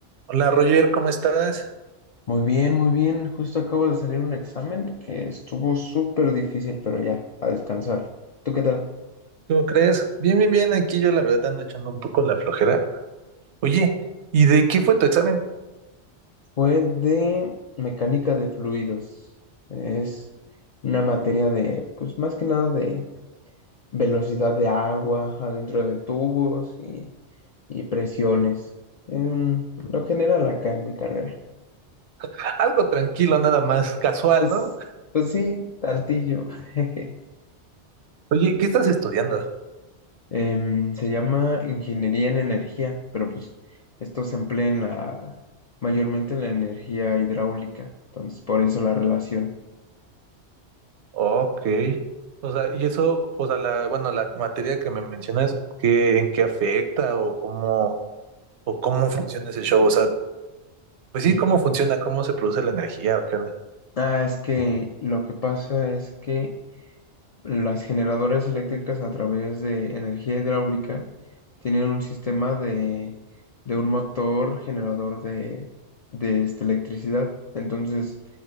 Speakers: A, on the right; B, on the left.
A: Hola Roger, ¿cómo estás?
B: Muy bien, muy bien. Justo acabo de salir un examen que estuvo súper difícil, pero ya, a descansar. ¿Tú qué tal?
A: ¿Cómo crees? Bien, bien, bien. Aquí yo la verdad ando echando un poco la flojera. Oye, ¿y de qué fue tu examen?
B: Fue de mecánica de fluidos. Es una materia de, pues más que nada de velocidad de agua adentro de tubos y, y presiones. En lo general acá en mi carrera.
A: <laughs> Algo tranquilo, nada más, casual,
B: Pues,
A: ¿no?
B: pues sí, tantillo. <laughs>
A: Oye, ¿qué estás estudiando?
B: Em, se llama ingeniería en energía, pero pues esto se emplea en la, mayormente en la energía hidráulica, entonces por eso la relación.
A: Ok. O sea, y eso, o sea, la, bueno, la materia que me mencionas, ¿qué, en qué afecta o cómo, o cómo funciona ese show? O sea, pues
B: Sí.
A: sí, ¿cómo funciona? ¿Cómo se produce la energía o qué onda?
B: Ah, es que lo que pasa es que Las generadoras eléctricas a través de energía hidráulica tienen un sistema de, de un motor generador de, de esta electricidad. Entonces,